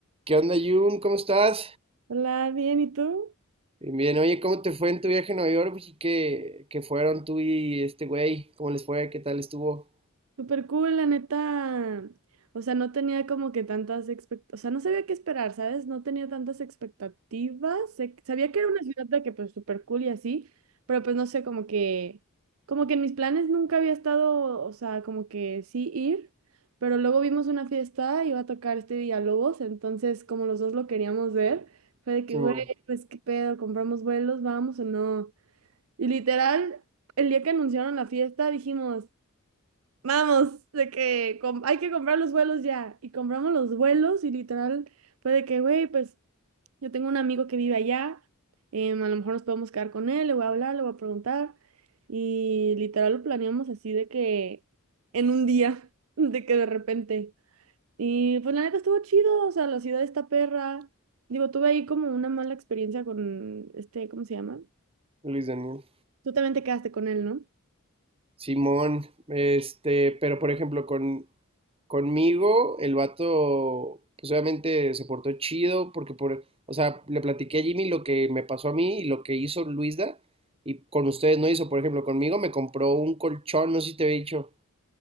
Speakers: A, on the right; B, on the right.
A: ¿Qué onda, Jun? ¿Cómo estás?
B: Hola, bien, ¿y tú?
A: Bien, bien. Oye, ¿cómo te fue en tu viaje a Nueva York? ¿Y qué, qué fueron tú y este güey? ¿Cómo les fue? ¿Qué tal estuvo?
B: Súper cool, la neta. O sea, no tenía como que tantas expectativas, o sea, no sabía qué esperar, ¿sabes? No tenía tantas expectativas. Sé- Sabía que era una ciudad de que pues súper cool y así, pero pues no sé, como que, como que en mis planes nunca había estado, o sea, como que sí ir, pero luego vimos una fiesta, iba a tocar este Villalobos, entonces como los dos lo queríamos ver, fue de
A: Simón,
B: que, güey, pues qué pedo, compramos vuelos, vamos o no. Y literal... El día que anunciaron la fiesta dijimos, Vamos, de que com- hay que comprar los vuelos ya. Y compramos los vuelos y literal fue de que, güey, pues yo tengo un amigo que vive allá, em, a lo mejor nos podemos quedar con él, le voy a hablar, le voy a preguntar. Y literal lo planeamos así de que en un día, <laughs> de que de repente. Y pues la neta estuvo chido, o sea, la ciudad está perra. Digo, tuve ahí como una mala experiencia con este, ¿cómo se llama?
A: Luis Daniel.
B: Tú también te quedaste con él, ¿no?
A: Simón, este, pero por ejemplo, con, conmigo, el vato, pues obviamente se portó chido, porque por, o sea, le platiqué a Jimmy lo que me pasó a mí y lo que hizo Luisda, y con ustedes no hizo, por ejemplo, conmigo me compró un colchón, no sé si te había dicho.